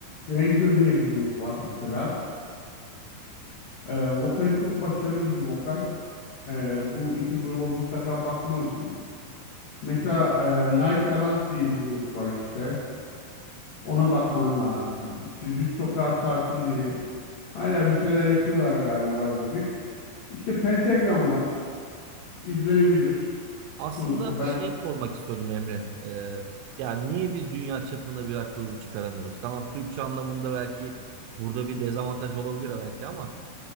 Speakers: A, on the left (about 60°); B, on the right (about 85°).
A: Razer diye bir grup var mesela. Ee, vokali çok başarılı bir vokal. Ee, bu iki gruba mutlaka bakmalısın. Mesela e, Night Errant diye bir grup var işte. Ona bakman lazım. İşte Düz Sokak Sakinleri. Hala bir şeyler yapıyorlar galiba arada bir. İşte Pentagram var. İzlenebilir.
B: Aslında
A: Sonuçta ben
B: şey sormak istiyordum Emre. Ee, ya niye biz dünya çapında bir rock grubu çıkaramıyoruz? Tamam Türkçe anlamında belki burada bir dezavantaj olabilir belki ama